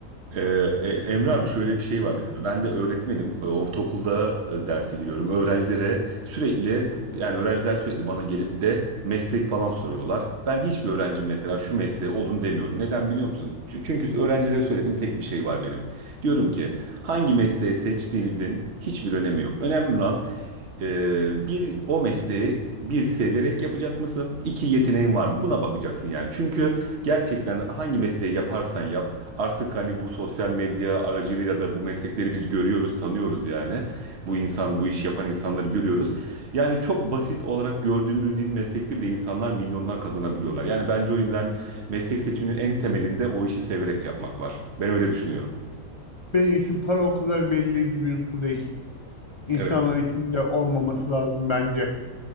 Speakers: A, on the right (about 55°); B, on the left (about 30°).
A: Ee, e, Emre abi şöyle bir şey var mesela ben de öğretmenim E, ortaokulda e, derse giriyorum öğrencilere sürekli yani öğrenciler sürekli bana gelip de meslek falan soruyorlar. Ben hiçbir öğrencim mesela şu mesleğe olun demiyorum. Neden biliyor musun? Ç- Çünkü öğrencilere söylediğim tek bir şey var benim. Diyorum ki hangi mesleği seçtiğinizin hiçbir önemi yok. Önemli olan e, bir o mesleği bir severek yapacak mısın? İki yeteneğin var mı? Buna bakacaksın yani. Çünkü Gerçekten hangi mesleği yaparsan yap artık hani bu sosyal medya aracılığıyla da bu meslekleri biz görüyoruz, tanıyoruz yani. Bu insan, bu iş yapan insanları görüyoruz. Yani çok basit olarak gördüğümüz bir meslekte bile insanlar milyonlar kazanabiliyorlar. Yani bence o yüzden meslek seçiminin en temelinde o işi severek yapmak var. Ben öyle düşünüyorum.
B: Benim için para o kadar belirleyici bir unsur değil. İnsanlar
A: Evet,
B: için de olmaması lazım bence.